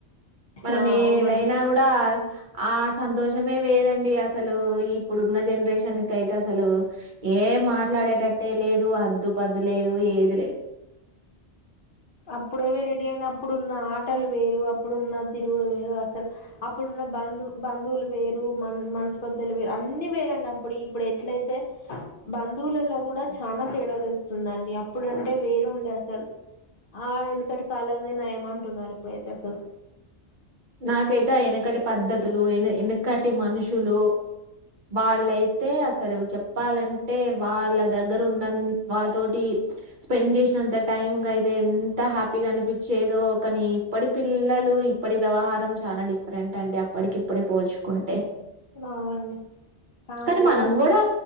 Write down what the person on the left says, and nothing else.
ఆ
అవునండి
అప్పుడే వేరేటి అయినా అప్పుడున్న ఆటలు వేరు అప్పుడున్న తిరుగుడు వేరు అసలు అప్పుడున్నప్ బంధు బంధువులు వేరు మన్ మనస్పర్దాలు వేరు అన్ని వేరండి అప్పుడు ఇప్పుడు ఎట్లా అయితే బంధువులలో కూడా చానా తేడా తెలుస్తుందండి అప్పుడు అంటే వేరు ఉండే అసలు ఆ ఎనుకటి కాలంది నయమ్ అంటున్నారు ఇప్పుడైతే అసలు
అవునండి చాలా
తేడా
ఉంది